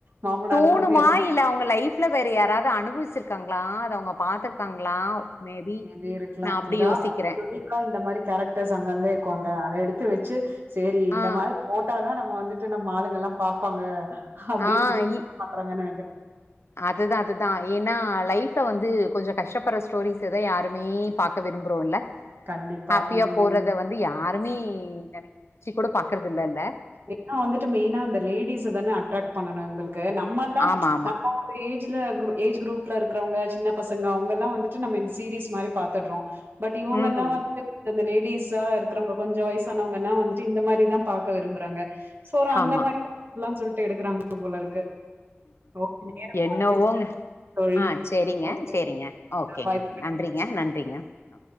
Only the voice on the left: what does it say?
தோணுமா
இல்ல அவங்க லைஃப்ல வேற யாராவது அனுபவிச்சிருக்காங்களா அத அவங்க பாத்துருக்காங்களா மேபி
நா அப்டி
யோசிக்கிறே
ஆ
ஆஹா
இ
அதுதா அதுதா ஏன்னா லைஃப்ப வந்து கொஞ்ச கஷ்டப்படுற ஸ்டோரிஸ் எதோ யாருமே பாக்க விரபுறோம்ல
ஹாப்பியா
போறத வந்து யா யாருமே நனைச்சுக் கூட பாக்குறது இல்லல்ல
ஆமா ஆமா
ம்
ஆமா
என்னவோங்க
ஆஹ சேரிங்க
சேரிங்க ஓக்கேங்க
நன்றிங்க நன்றிங்க <unintelligible>